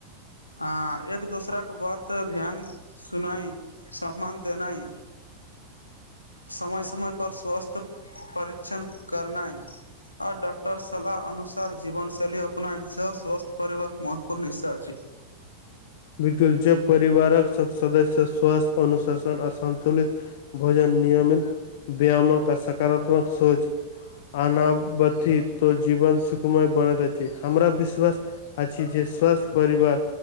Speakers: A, on the left (about 80°); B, on the left (about 55°).
A: हँ एक दोसरा को बहुत ध्यान सुनाइ सम्मान देनाइ समय समय पर स्वस्थ परीक्षण करनाइ आओर डॉकटर सलाह अनुसार जीवनशैली अपनायन सेहो स्वस्थ्य करबाक महत्वपूर्ण इस्सा अछि
B: बिलकुल जब परिवारक सब सदस्य स्वास्थ अनुशासन असन्तुलित भोजन नियमित व्यायाम आ सकारतात्मक सोच आना बथी तो जीवन सुखमय बनैत अछि हमरा विश्वास अ जे स्वस परवार